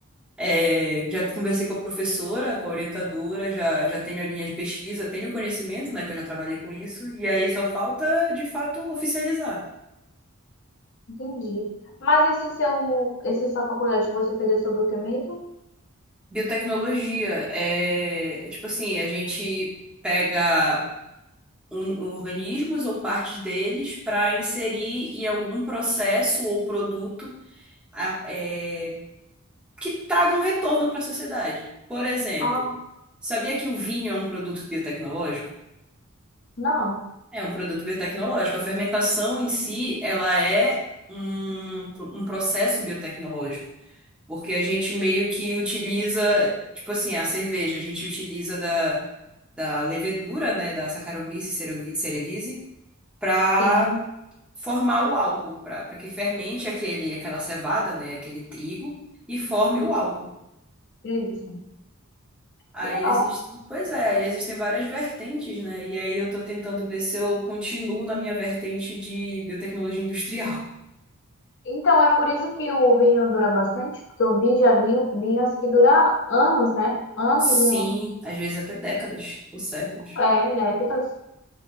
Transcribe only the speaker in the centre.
É, já conversei com a professora, com a orientadora, já, já tenho a linha de pesquisa, tenho conhecimento, né, que eu já trabalhei com isso, e aí só falta, de fato, oficializar.
Biotecnologia é, é tipo assim, a gente pega um- organismos ou partes deles para inserir em algum processo ou produto a- é, que traga um retorno para a sociedade. Por exemplo,
sabia que o vinho é um produto biotecnológico?
É um produto biotecnológico. A fermentação em si, ela é um, um processo biotecnológico, porque a gente meio que utiliza, tipo assim, a cerveja, a gente utiliza da, da levedura, né, da Saccharomyces cereve- cerevisiae, para
formar o álcool, para para que fermente aquele, aquela cevada, né, aquele trigo, e forme o álcool.
Aí
existe, pois é, aí existem várias vertentes, né? E aí eu tô tentando ver se eu continuo na minha vertente de biotecnologia industrial.
Sim,
às vezes até décadas ou séculos.